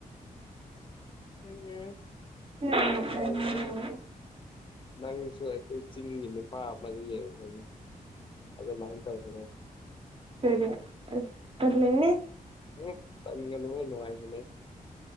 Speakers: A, on the left; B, on the right.
A: <unintelligible>
B: ꯌꯥꯝ
A: ꯖꯥꯖꯥꯅꯤꯀꫭ
B: ꯅꯣꯛꯅꯤꯡꯕꯅꯦ
A: ꯅꯪꯁꯨ ꯑꯩꯁꯨ ꯆꯤꯡꯒꯤ ꯅꯨꯄꯥ ꯑꯃ ꯌꯦꯡꯈ꯭ꯔꯦꯅꯦ ꯫ ꯑꯗꯨꯃꯥꯏꯟ ꯇꯧꯗꯅ
B: ꯇꯜꯂꯦꯍꯦ ꯫
A: ꯍꯝ ꯇꯟꯒꯅꯨꯅꯦ ꯅꯨꯡꯉꯥꯏꯕꯅꯦꯍꯦ꯫